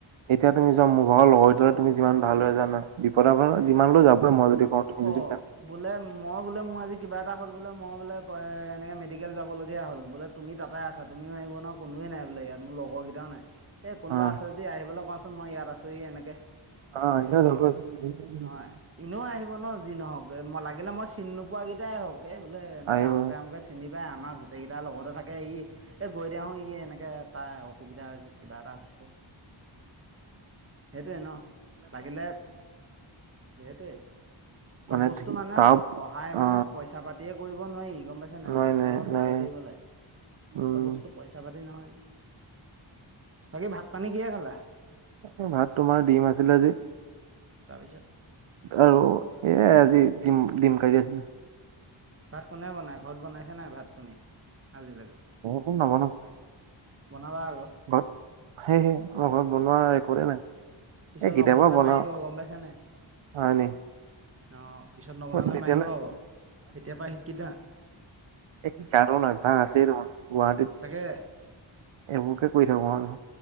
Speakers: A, on the right; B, on the right.
A: এতিয়া তুমি চোৱা, মোৰ ভাগৰ লগৰকেইটাৰ লগত তুমি যিমান ভাল হৈ আছা ন, বিপদে আপদে
B: উম
A: যিমান হ'লেও যাব। বোলে মই যদি কওঁ তুমি যদি
B: অ', বোলে ম মই বোলে মোৰ আজি কিবা এটা হ'ল বোলে মই বোলে কয়, এনেকে মেডিকেল যাবলগীয়া হ'ল, বোলে তুমি তাতে আছা তুমিও আহিব নোৱাৰা, কোনোৱে নাই বোলে ইয়াত, মোৰ লগৰ কেইটাও নাই, এই কোনোবা
A: অ
B: আছে য যদি আহিবলৈ কোৱাচোন, মই ইয়াত আছোঁহি এনেকে।
A: অ', সিহঁত <unintelligible>
B: নহয় এনেও আহিব ন যি নহওঁক, লাগিলে মই চিনি নোপোৱাকেইটাই হওঁক, এই বোলে এনেকে
A: আহিব
B: আমুকে আমুকে চি চিনি পায়, আমাৰ গোটেইকেইটাৰ লগতে থাকে ই, এই গৈ দিয়াচোন ই এনেকে তাৰ অসুবিধা হৈছে, কিবা এটা হৈছে। সেইটোৱেই ন, লাগিলে, সেইটোৱেই। চব
A: মানে
B: বস্তু
A: তাৰ
B: মানুহে
A: অ
B: স-সহায় মানে পইচা পাতিৰে কৰিব নোৱাৰি গম পাইছা নাই,
A: নোৱাৰি
B: মানুহৰ
A: নোৱাৰি
B: লগত
A: নোৱাৰি
B: ভাল হৈ থাকিব লাগে,
A: উম
B: চব বস্তু পইচা পাতি নহয় যে। বাকী ভাত পানী কিহেৰে খালা?
A: এই ভাত তোমাৰ দিম আছিলে আজি।
B: তাৰপিছত?
A: আৰু সেইয়াই আজি, ডিম-ডিম কাৰী আছিলে।
B: ভাত কোনে বনাই, ঘৰত বনাইছে নাই ভাত তুমি আজিলৈকে?
A: নৱনাও।
B: বনাবা আক।
A: ঘৰত সেয়েহে মই ঘৰত বনোৱা ৰেকদে নাই।
B: পিছত
A: এই কেতিয়াবা
B: নবনালে
A: বনাও
B: মাৰিব গম পাইছা নাই।
A: হয় নি
B: অঁ পিছত নবনালে
A: তেতিয়াহ'লে
B: মাৰিব আক এতিয়াৰ পৰা শিকি থাক।
A: এক কি কাৰণ অভ্যাস আছেই দেখোন গুৱাহাটীত-
B: তাকে।
A: এইবোৰকে কৰি থাকো আৰু।